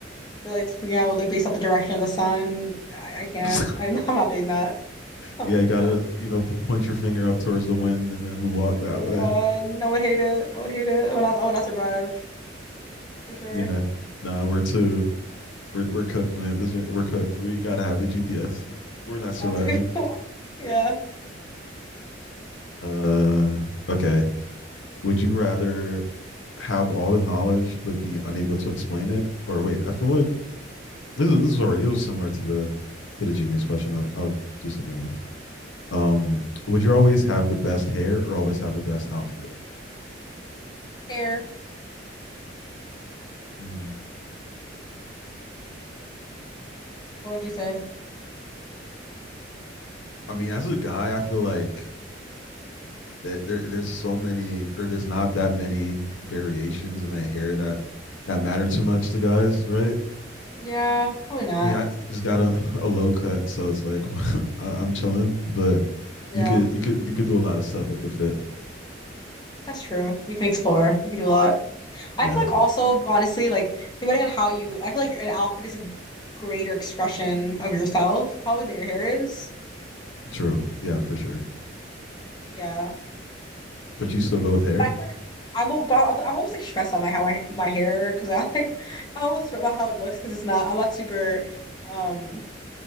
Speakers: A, on the left; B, on the left.
A: You're like speaking out like based off the direction of the sun. I, I can't.
B: <laughs>
A: I'm, <laughs> I'm not doing that. I'm
B: yeah,
A: not
B: you
A: doing
B: gotta
A: that.
B: you know p- point your finger up towards the wind and then walk
A: Oh
B: that
A: my
B: way.
A: God. I would hate it. I would hate it. I would not I would not survive for sure.
B: Yeah, nah, we're too we're we're cooked, man. This we we're cooked. We gotta have the GPS. We're not surviving.
A: Got to. <laughs> Yeah.
B: Uh, okay. would you rather have all the knowledge but be unable to explain it? Or wait, I feel like this is, this is already it was similar to the to the genius question. I'll, I'll do something else. Um, would you always have the best hair or always have the best outfit?
A: Hair.
B: Mm.
A: What would you say?
B: I mean, as a guy, I feel like that there, there's so many or there's not that many variations in that hair that that matter too much to guys, right?
A: Yeah, probably not.
B: I mean, I just got a, a low cut, so it's like <laughs> I, I'm chilling. But
A: Yeah.
B: you could you could you could do a lot of stuff with the fit.
A: That's true. You can explore. You can do a lot. I
B: Yeah,
A: feel like also, honestly, like depending on how you, I feel like an outfit is a greater expression of yourself probably than your hair is.
B: true. Yeah, for sure.
A: Yeah.
B: But you still go with hair.
A: But I'm like, I'm about, I'm almost like stressed on my how I, my hair because I <laughs> like, I always about how it looks because it's not, I'm not super, um,